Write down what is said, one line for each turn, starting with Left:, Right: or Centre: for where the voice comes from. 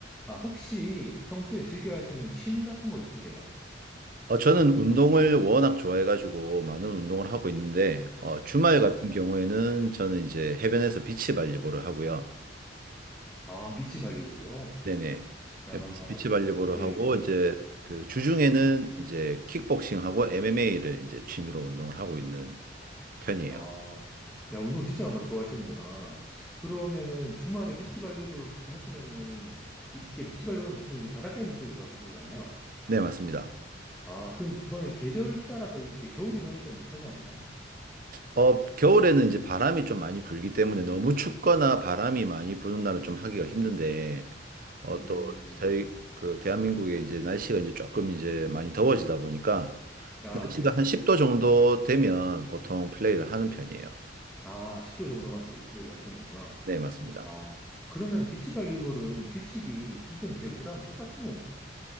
Centre: 아, 혹시 평소에 즐겨 하시는 취미 같은 거 있으세요?
Right: 어, 저는 운동을 워낙 좋아해가지고 많은 운동을 하고 있는데, 어, 주말
Centre: 아,
Right: 같은 경우에는 저는 이제 해변에서 비치발리볼을 하고요.
Centre: 아, 비치 발리볼이요?
Right: 네네.
Centre: 야,
Right: 해변에서 비치발리볼을
Centre: 네네.
Right: 하고, 이제 그 주중에는 이제 킥복싱하고 MMA를 이제 취미로 운동을 하고 있는 편이에요.
Centre: 아, 야, 운동 진짜 뭐 좋아하시는구나. 그러면은 주말에 비치 발리볼 하시면은, 이게 비치 발리볼은 보통 이제 바닷가 있는 쪽에서 하시잖아요.
Right: 네, 맞습니다.
Centre: 아, 그럼 그거는 계절 따라서 이렇게 겨울이나 이럴 때는 못 하지 않나요?
Right: 어, 겨울에는 이제 바람이 좀 많이 불기 때문에 너무 춥거나 바람이 많이 부는 날은 좀 하기가 힘든데, 어,
Centre: 음,
Right: 또 저희 그 대한민국의 이제 날씨가 이제 조금 이제 많이 더워지다 보니까
Centre: 아,
Right: 날씨가
Centre: 네, 맞습니다.
Right: 한 10도 정도 되면 보통 플레이를 하는 편이에요.
Centre: 아, 10도 정도만 돼도 플레이를 하시는 거구나.
Right: 네, 맞습니다.
Centre: 아, 그러면 비치 발리볼은 규칙이 기존 배구랑 똑같은 건가요?